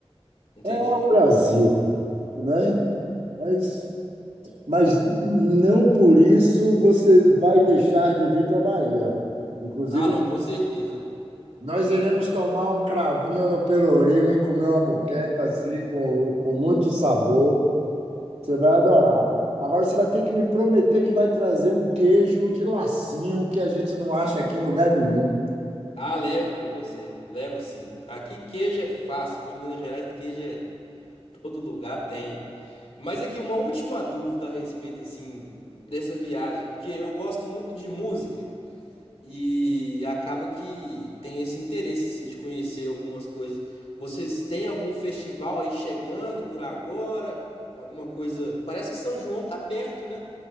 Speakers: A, on the left (about 65°); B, on the right (about 80°).
A: entendi.
B: É o Brasil, né? Mas, mas não por isso você vai deixar de vir para a Bahia. Inclusive,
A: Ah, não, com certeza.
B: nós iremos tomar um cravinho no Pelourinho e comer uma moqueca assim, com, com muito sabor. Você vai adorar. Agora você vai ter que me prometer que vai trazer um queijo de lacinho que a gente não acha aqui em lugar nenhum.
A: Ah, levo pra você. Levo sim. Aqui queijo é fácil, aqui em Minas Gerais queijo é todo lugar tem. Mas aqui uma última dúvida a respeito, assim, dessa viagem, porque eu gosto muito de música. e acaba que tem esse interesse assim de conhecer algumas coisas. Vocês têm algum festival aí chegando por agora? Alguma coisa? Parece que São João tá perto, né?